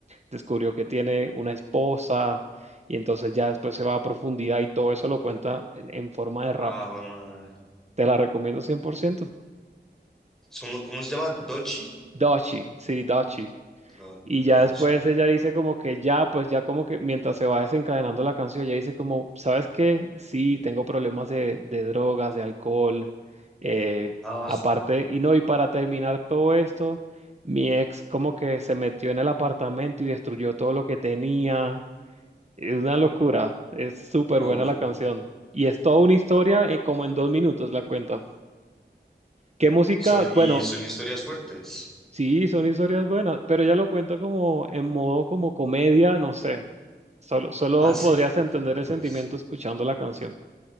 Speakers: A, on the right; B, in the centre.
A: descubrió que tiene una esposa y entonces ya después se va a profundidad y todo eso lo cuenta en, en forma de
B: Ah,
A: rap.
B: joder, madre.
A: Te la recomiendo 100%.
B: Es como- ¿Cómo se llama? ¿Dochi?
A: Dachi, sí, Dachi.
B: No,
A: Y ya
B: Dochi.
A: después ella dice como que ya, pues ya como que mientras se va desencadenando la canción, ella dice como, ¿sabes qué? Sí, tengo problemas de, de drogas, de alcohol, eh,
B: Ah,
A: aparte, y no, y para terminar todo esto, mi ex como que se metió en el apartamento y destruyó todo lo que tenía Es una locura, es súper
B: uf.
A: buena la canción. Y es toda una historia, eh, como en dos minutos la cuenta. ¿Qué música?
B: Son, y
A: Bueno,
B: son historias fuertes.
A: sí, son historias buenas, pero ella lo cuenta como en modo como comedia, no sé. Solo, solo
B: Ah, sí.
A: podrías entender
B: No,
A: el
B: pues.
A: sentimiento escuchando la canción.